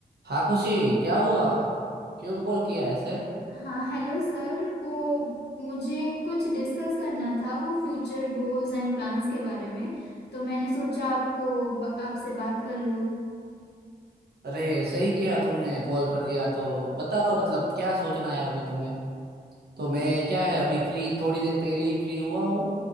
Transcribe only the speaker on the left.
हाँ hello sir वो मुझे कुछ डिस्कस करना था वो फ्यूचर गोल्स एंड प्लान्स के बारे में तो मैंने सोचा आपको ब- आपसे बात कर लूँ